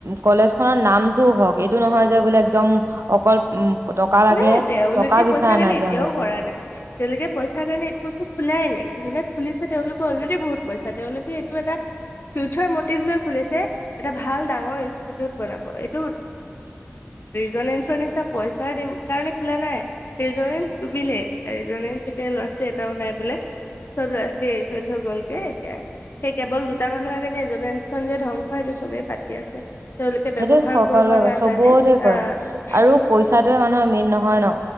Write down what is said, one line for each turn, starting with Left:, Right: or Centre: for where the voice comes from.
Right: কলেজ খনৰ নামটোও হওক, এইটো নহয় যে বোলে একদম অকল উম টকা লাগে
Left: নাই তেওঁলোকে
Right: টকা বিচৰা
Left: পইচা কাৰণে
Right: নাই তেওঁলোকে
Left: এতিয়াও কৰা নাই তেওঁলোকে পইচা কাৰণে এইটো বস্তু খোলাই নাই। যোনে খুলিছে তেওঁলোকৰ অলৰেডি বহুত পইচা তেওঁলোকে এইটো এটা ফিউচাৰ মটিভ লৈ খুলিছে এটা ভাল ডাঙৰ ইণ্ষ্টিটিউট বনাব এইটো জনেঞ্চৰ নিচিনা পইচাৰ দিম সেইকাৰণে খোলা নাই ৰিজনেঞ্চ ডুবিলে এয়া ৰিজনেঞ্চ এতি ল'ৰা ছোৱালী এটাও নাই বোলে চব লৰাছোৱালী এৰি থৈ থৈ গল গেএতিয়া সেই কেৱল দুটা মানুহে ৰিজনেঞ্চখন যে ধ্বংস সেইটো চবেই পাতি আছে তেওঁলোকে ব্যৱহাৰ
Right: সেইটো সকলোৱে
Left: কৰিব
Right: কয়
Left: নাজানে
Right: চবতে কয়
Left: আহ
Right: আৰু পইচটোৱে মানুহৰ মেইন নহ হয় ন